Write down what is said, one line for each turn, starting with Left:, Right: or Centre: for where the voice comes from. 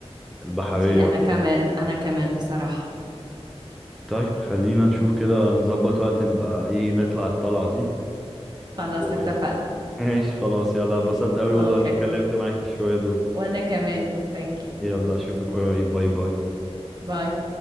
Centre: البحرية
Right: دي انا
Centre: ومش
Right: كمان
Centre: عارف.
Right: انا كمان بصراحة
Centre: طيب خلينا نشوف كده نظبط وقت نبقى ايه نطلع الطلعة دي
Right: خلاص
Centre: و... <laughs>
Right: اتفقنا
Centre: ماشي خلاص يلا اتبسطت قوي
Right: اوكي
Centre: والله اني اتكلمت معاكي شوية دول
Right: وانا كمان ثانك يو
Centre: يلا اشوفك قريب باي باي
Right: باي